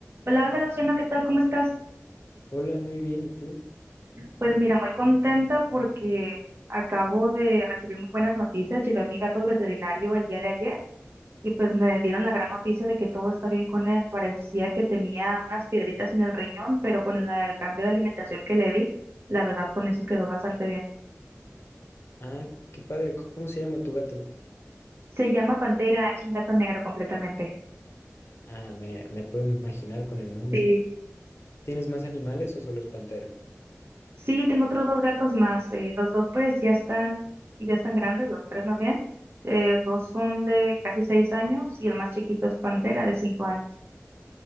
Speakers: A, on the right; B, on the left.
A: Hola, hola Luciano, ¿qué tal? ¿Cómo estás?
B: Hola, muy bien, ¿y tú?
A: Pues mira, muy contenta porque acabo de recibir muy buenas noticias. Llevé a mi gato al veterinario el día de ayer y pues me dieron la gran noticia de que todo está bien con él. Parecía que tenía unas piedritas en el riñón, pero con la- el cambio de alimentación que le di, la verdad con eso quedó bastante bien.
B: Ah, qué padre, ¿cómo se llama tu gato?
A: Se llama Pantera, es un gato negro completamente.
B: Ah, me, me puedo imaginar con el nombre.
A: Sí,
B: ¿Tienes más animales o solo es pantera?
A: Sí, tengo otros dos gatos más. eh, los dos pues ya están, ya están grandes, los tres más bien. Eh, dos son de casi seis años y el más chiquito es Pantera de cinco años.